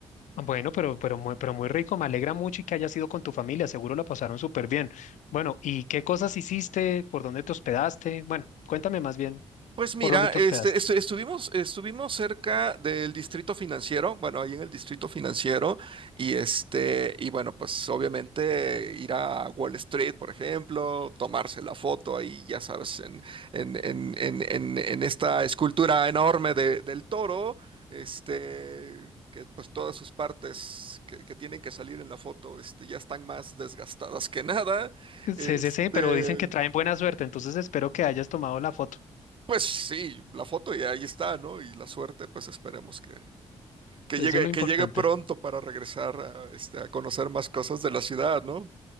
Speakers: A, on the left; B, on the right.
A: Bueno, pero, pero, muy, pero muy rico, me alegra mucho y que hayas ido con tu familia, seguro la pasaron súper bien. Bueno, ¿y qué cosas hiciste? ¿Por dónde te hospedaste? Bueno, cuéntame más bien,
B: Pues mira,
A: ¿por dónde te
B: este,
A: hospedaste?
B: estu- estuvimos, estuvimos cerca del distrito financiero, bueno, ahí en el distrito financiero, y este, y bueno, pues obviamente ir a Wall Street, por ejemplo, tomarse la foto ahí, ya sabes, en, en, en, en, en, en esta escultura enorme de- del toro, este, que pues todas sus partes que, que tienen que salir en la foto, este, ya están más desgastadas que nada. Este,
A: Sí, sí, sí, pero dicen que traen buena suerte, entonces espero que hayas tomado la foto.
B: pues sí, la foto ya ahí está, ¿no? Y la suerte, pues esperemos que, que
A: Eso
B: llegue,
A: es lo
B: que
A: importante.
B: llegue pronto para regresar a, este, a conocer más cosas de la ciudad, ¿no?